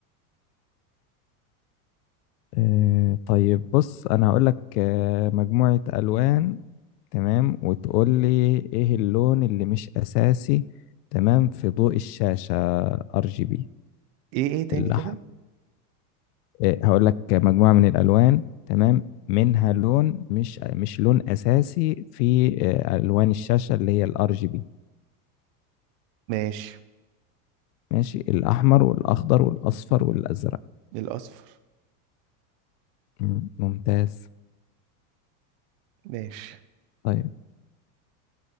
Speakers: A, on the left; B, on the right.
A: آه، طيب بص أنا هقول لك آه، مجموعة ألوان تمام وتقول لي إيه اللون اللي مش أساسي تمام في ضوء الشاشة ار جي بي
B: ايه ايه تاني
A: الأحمر
B: كده
A: آه، هقول لك مجموعة من الألوان تمام منها لون مش مش لون أساسي في آه، ألوان الشاشة اللي هي الار جي بي
B: ماشي
A: ماشي الأحمر والأخضر والأصفر والأزرق
B: الأصفر
A: مم، ممتاز
B: ماشي
A: طيب